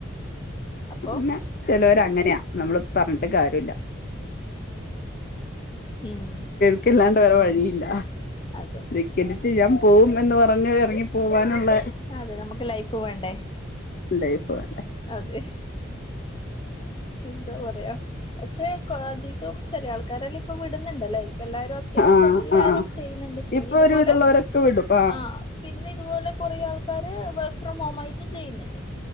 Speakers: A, on the left (about 25°); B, on the left (about 45°).
A: അപ്പൊ
B: അങ്ങന്നെ ചെലോര് അങ്ങനെയാ നമ്മള് പറഞ്ഞിട്ട് കാര്യവില്ല
A: ഉം
B: നിക്കല്ലാണ്ട് വേറെ വഴിയില്ല
A: അതെ
B: ധിക്കരിച്ച് ഞാൻ പോവും എന്ന് പറഞ്ഞു എറങ്ങി പോവാനുള്ളെ
A: അതെ നമുക്ക് ലൈഫ് വേണ്ടേ
B: ലൈഫ് വേണ്ടേ
A: അതെ എന്താ പറയാ പക്ഷെ കൊ അധി കം ചെല ആൾക്കാരെല്ലാം ഇപ്പൊ വിട്ന്ന്ണ്ട് അല്ലേ? ഇപ്പെല്ലാരും അത്യാവിശ്യം
B: ആഹ്
A: എല്ലാരും
B: ആഹ്
A: ചെയ്യുന്നുണ്ട് പിന്നിതുപോലെ
B: ഇപ്പൊ ഒരുവിധമുള്ളവരൊക്കെ വിടും
A: ആഹ് പിന്നെ ഇതുപോലെ കൊറേ ആൾക്കാര് വർക്ക് ഫ്രം ഹോംമായിട്ടും ചെയ്യുന്നുണ്ട്